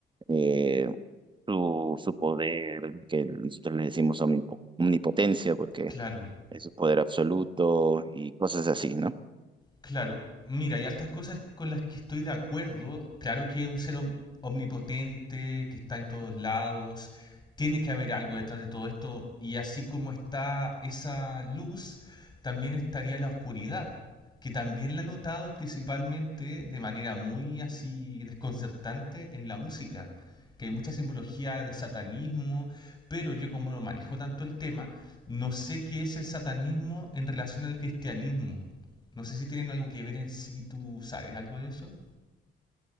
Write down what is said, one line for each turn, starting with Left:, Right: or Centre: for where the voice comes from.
Right: eh, su, su poder, que nosotros le decimos omnipo- omnipotencia, porque
Left: Claro.
Right: es su poder absoluto y cosas así, ¿no?
Left: Claro, mira, hay altas cosas con las que estoy de acuerdo. Claro que es un ser om- omnipotente, que está en todos lados. Tiene que haber algo detrás de todo esto. Y así como está esa luz, también estaría la oscuridad, que también la he notado principalmente de manera muy así desconcertante en la música, que hay mucha simbología de satanismo, pero yo como no manejo tanto el tema, no sé qué es el satanismo en relación al cristianismo. No sé si tienen algo que ver en sí, tú sabes algo de eso.